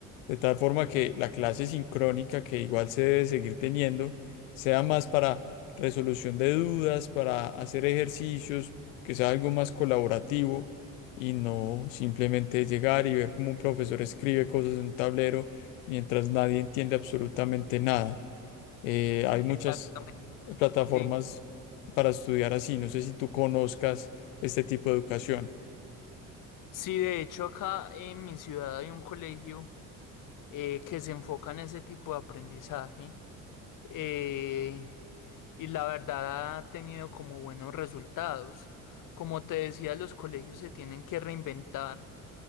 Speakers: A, on the left; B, on the left.
A: De tal forma que la clase sincrónica, que igual se debe seguir teniendo, sea más para resolución de dudas, para hacer ejercicios, que sea algo más colaborativo y no simplemente llegar y ver cómo un profesor escribe cosas en un tablero mientras nadie entiende absolutamente nada. Eh, hay muchas
B: Exactamente.
A: eh, plataformas
B: Sí,
A: para estudiar así. No sé si tú conozcas este tipo de educación.
B: sí, de hecho acá en mi ciudad hay un colegio eh, que se enfoca en ese tipo de aprendizaje eh, y la verdad ha tenido como buenos resultados. Como te decía, los colegios se tienen que reinventar